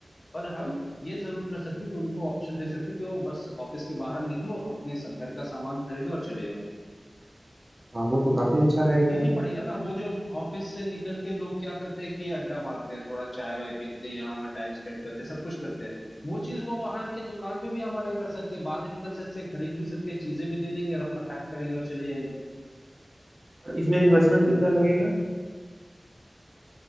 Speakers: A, on the left; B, on the right.
A: पर हम ये जरूर कर सकते हैं कि उनको ऑप्शन दे सकते हैं कि वो बस ऑफिस के बाहर निकलो अपने स- घर का सामान खरीदो और चले जाओ
B: हाँ वो तो काफ़ी अच्छा रहेगा
A: इजी पड़ेगा ना वो जो ऑफिस से निकल के लोग क्या करते हैं कि अड्डा मारते हैं थोड़ा चाय वाय पीते हैं यहाँ वहाँ टाइम स्पेंड करते हैं सब कुछ करते हैं वो चीज वो वहां के दुकान पे भी हमारे कर सकते हैं बात भी कर सकते हैं खरीद भी सकते हैं चीजें भी ले लेंगे और अपना पैक करेंगे और चले जाएंगे
B: और इसमें इन्वेस्टमेंट कितना लगेगा